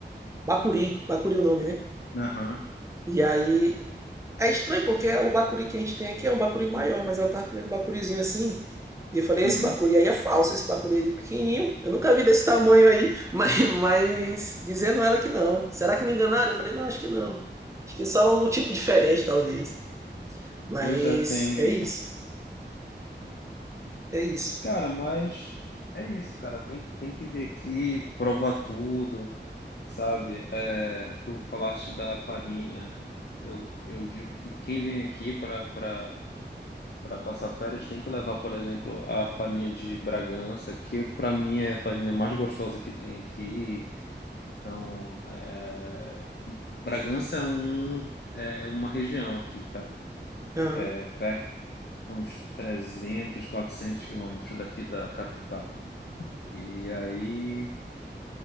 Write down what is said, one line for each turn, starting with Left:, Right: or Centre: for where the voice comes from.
Right: bacuri, bacuri o nome, né?
Left: Aham,
Right: E aí é estranho porque o bacuri que a gente tem aqui é um bacuri maior, mas ela tava comendo um bacurizinho assim, e eu falei,
Left: uhum.
Right: esse bacuri aí é falso, esse bacuri aí é pequenininho, eu nunca vi desse tamanho aí, <laughs> mas, mas dizendo ela que não. Será que me enganaram? Eu falei, não, acho que não. Acho que é só um tipo diferente, talvez. Mas
Left: Pois é, tem mesmo.
Right: é isso, é isso.
Left: Cara, mas é isso, cara. Tem, tem que vir aqui, provar tudo, sabe? É, tu falaste da farinha. Eu, eu digo que quem vem aqui para para para passar férias tem que levar, por exemplo, a farinha de Bragança, que para mim é a farinha mais gostosa que tem aqui. Então, é, Bragança é um é uma região aqui, tá?
Right: Aham.
Left: É, uns 300, 400 quilômetros daqui da capital. E aí